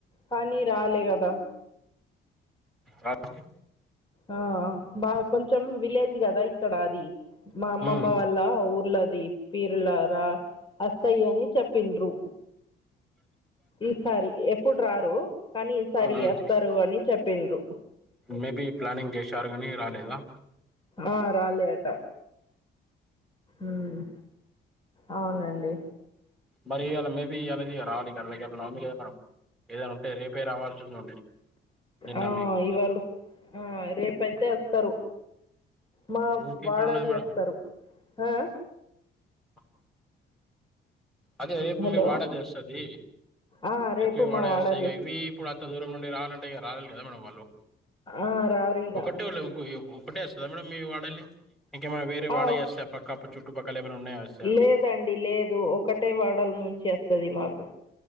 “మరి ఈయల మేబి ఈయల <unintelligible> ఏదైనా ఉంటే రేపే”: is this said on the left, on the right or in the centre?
Centre